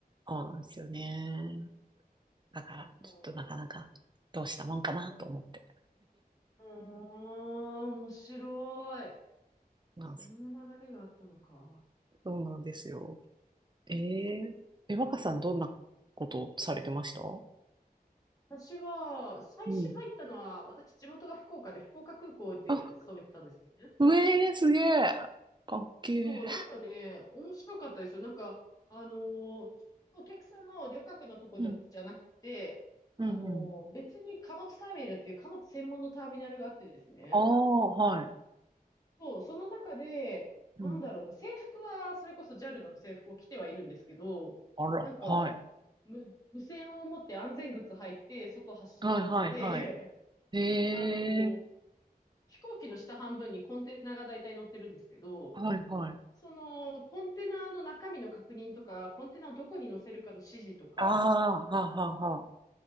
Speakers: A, on the right; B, on the left.
A: そうなんですよね。だから、
B: うんう
A: ちょっとなかなかどうしたもんかなと思って。
B: ーん、面白い。
A: まあ、
B: そんな流れがあったのか。
A: そうなんですよ。えー、え、若さんどんなことされてましたう
B: 私は、最初入ったのは、
A: ん。
B: 私、地元が福岡で、福岡空港で勤めてたんですね。
A: あ、うえー、すげえ。かっけえ。
B: そうそう、なんかね、面白かったですよ。なんか、あのーお客さんの旅客のとこじゃなくて、
A: うん、
B: あのー別に貨物ターミナルっていう貨物専門のターミナルがあってですね。
A: うん、うん。ああ、はい。
B: そう、その中で、
A: うん。
B: なんだろうな、制服は、それこそ JAL の制服を着てはいるんですけど、
A: あら、
B: なんか、
A: はい。
B: 無、無線を持って安全靴履いて、外走り回って、
A: はい、はい、はい。ええ
B: <laughs> あの、飛行機の下半分にコンテナが大体乗ってるんですけど、
A: はい、はい。
B: その、コンテナの中身の確認とか、コンテナをどこに乗せるかの指示とか、
A: ああ、はあ、はあ、はあ。